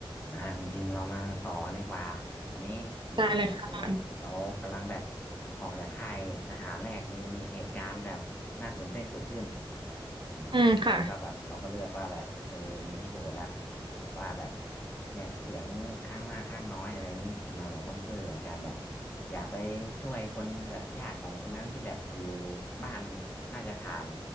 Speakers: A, on the left; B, on the right.
A: อ่าคุณพิมพ์เรามาต่อกันดีกว่าอันนี้อืมถึงเรเรากำลังแบบ
B: ได้เลยค่ะ
A: ออกจากค่ายทหารแรกมีเหตุการณ์แบบน่าตื่นเต้นเกิดขึ้นอืมแล้วก็แบบเขาก็เลือกว่าแบบเออมีให้โหวตแล้ว
B: อืมค่ะ
A: ว่าแบบเนี่ยเสียงข้างมากข้างน้อยอะไรอย่างนี้มาแบบต้องช่วยเหลือกันแบบอยากไปช่วยคนแบบญาติของคนนั้นที่แบบอยู่บ้านน่าจะผ่าน